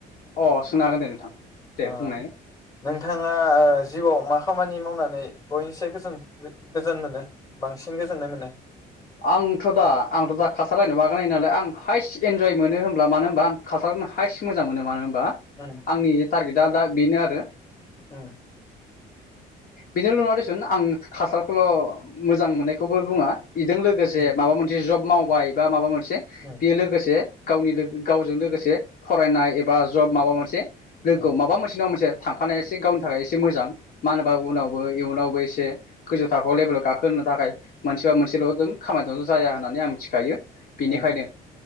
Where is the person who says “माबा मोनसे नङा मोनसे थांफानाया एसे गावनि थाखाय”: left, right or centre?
Left